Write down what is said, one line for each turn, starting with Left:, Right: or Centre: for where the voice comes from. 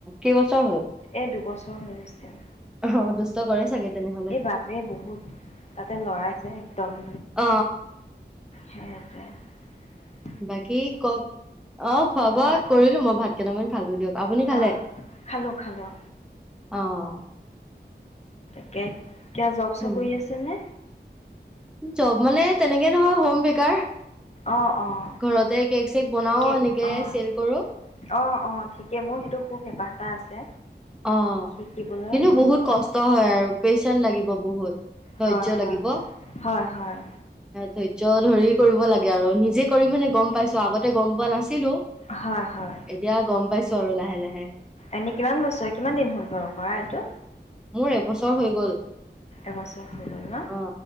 Centre: কেইবছৰ হ'ল-
Left: এই দুবছৰ হৈ গৈছে।
Centre: অঁ দুস্ত কৰেই চাগে। তেনেহলে
Left: এই বাপেৰে বহুত তাতে লৰাই যায় একদম
Centre: অ
Left: সিহতে-
Centre: বাকী কওক অঁ খোৱা বোৱা
Left: হয়
Centre: কৰিলো মই ভাত কেইটামান খালো দিয়ক আপুনি খালে
Left: হয় খালোঁ খালোঁ
Centre: অঁ-
Left: <unintelligible> কিয় জব চব
Centre: উম।
Left: কৰি আছে নে
Centre: জব মানে তেনেকে নহয় হোম বেকাৰ
Left: অ অ
Centre: ঘৰতে কেক চেক বনাও
Left: কেক
Centre: এনেকে
Left: অঁ
Centre: চেল কৰো।
Left: অঁ অঁ ঠিক এ মোৰ সেইটো খুব হেঁপাহ এটা আছে।
Centre: অঁ
Left: শিকিবলৈ
Centre: কিন্তু
Left: মানে
Centre: বহুত
Left: শিক
Centre: কষ্ট হয় আৰু পেচেণ্ট লাগিব বহুত ধৈৰ্য
Left: হয় হয়
Centre: লাগিব
Left: হয় হয়
Centre: ধৈৰ্য্য ধৰি কৰিব লাগে আৰু নিজৰ নিজে কৰিম মানে গম পাইছো আগতে গম পোৱা নাছিলো।
Left: হয় হয়
Centre: এতিয়া গম পাইছো আৰু লাহে লাহে
Left: এনেই কিমান বস্তু কিমান দিন হ'ল বাৰু কৰা় এইটো
Centre: মোৰ এবছৰ হৈ গ'ল
Left: এবছৰ হৈ গ'ল ন
Centre: অ